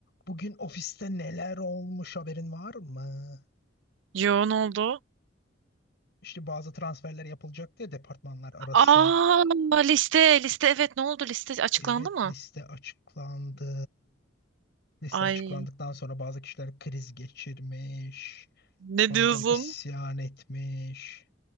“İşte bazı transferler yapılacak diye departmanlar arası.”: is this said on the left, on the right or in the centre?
Left